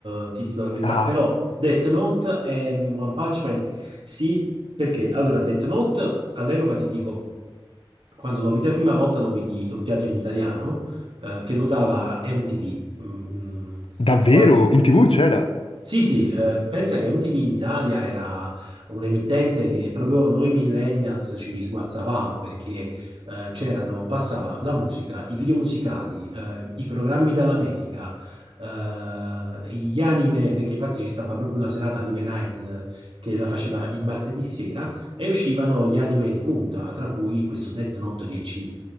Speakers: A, on the right (about 65°); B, on the left (about 80°).
A: eh, ti dico la verità,
B: Ah,
A: però Death Note e One Punch Man, sì, perché? Allora, Death Note, all'epoca ti dico quando lo vidi la prima volta lo vidi doppiato in italiano, eh, che lo dava MTV. Mm, mm.
B: Davvero?
A: qua-
B: In TV c'era?
A: sì, sì, eh, pensa che MTV in Italia era un emittente che proprio noi millennials ci sguazzavamo perché eh, c'erano, passava la musica, i video musicali, eh, i programmi dall'America, eh, gli anime, perché infatti ci stava proprio una serata Anime Night eh, che la faceva il martedì sera e uscivano gli anime di punta, tra cui questo Death Note che ci,